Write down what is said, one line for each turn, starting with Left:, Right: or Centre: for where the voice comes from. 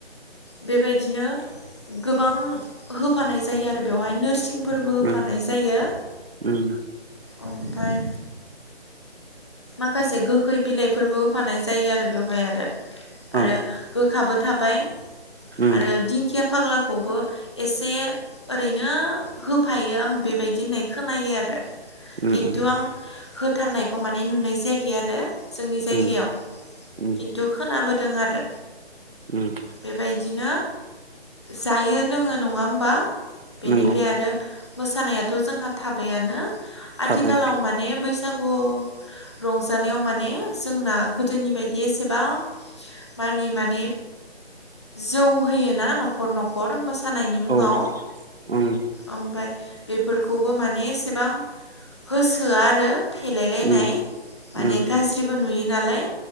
Left: बेबायदिनो गोबां होफानाय जायो आरो बेवहाय नोरसिं फोरबो होफानाय
Right: उम
Left: जायो
Right: उम
Left: ओमफाय माखासे गोखै बिलाइफोरबो होफानाय जायो आरो बेवहाय आरो।
Right: औ उम
Left: आरो गोखाबो थाबाय
Right: उम
Left: आरो दिंखिया फाग्लाखौबो एसे ओरैनो होफायो आं बेबायदि होननाय खोनायो आरो
Right: उम
Left: खिन्थु आं होथारनायखौ खौ माने नुनाय जायाखै आरो जोंनि जायगायाव
Right: उम उम
Left: खिन्थु खोनाबो दों आरो
Right: उम
Left: बेबायदिनो जायो लोङो नङा होमबा बेनिफ्राय
Right: नंगौ
Left: आरो मोसानायाथ' जोंहा थाबायानो आथिखालाव
Right: थाबाय
Left: माने बैसागु रंजानायाव माने जोंना गोदोनि बायदि एसेबां मानि माने जौ होयोना न खर नखर मोसानायनि मुङाव
Right: औ उम
Left: ओमफ्राय बेफोरखौबो माने एसेबां होसोआ आरो फेलायलायनाय
Right: उम
Left: माने
Right: उम
Left: गाज्रिबो नुयो नालाय